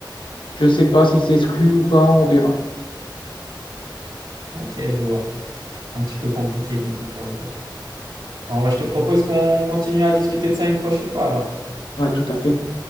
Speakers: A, on the left (about 80°); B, on the right (about 85°).
A: je ne sais pas si c'est exclu ou pas, on verra.
B: ok, je vois. Un petit peu compliqué du coup pour le coup. Bon, moi, je te propose qu'on continue à discuter de ça une prochaine fois alors.
A: Ouais, tout à fait.